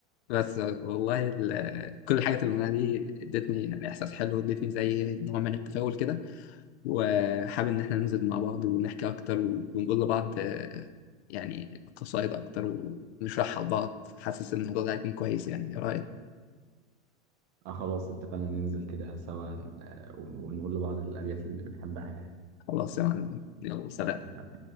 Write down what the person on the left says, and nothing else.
بس والله ال- كل الحاجات اللي قلناها دي ادتني يعني احساس حلو ادتني زي نوع من التفاؤل كده وحابب ان احنا ننزل مع بعض ونحكي اكتر ونقول لبعض آه، يعني قصايد اكتر ونشرحها لبعض حاسس ان الموضوع ده هيكون كويس يعني ايه رايك
خلاص يا معلم يلا سلام